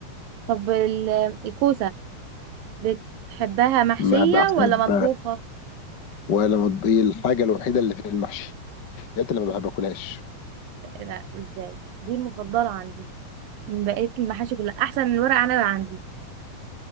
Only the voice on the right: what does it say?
طب ال- الكوسة بتحبها محشية
ولا مطبوخة
لا ازاي دي المفضلة عندي من بقية المحاشي كلها احسن من الورق عنب عندي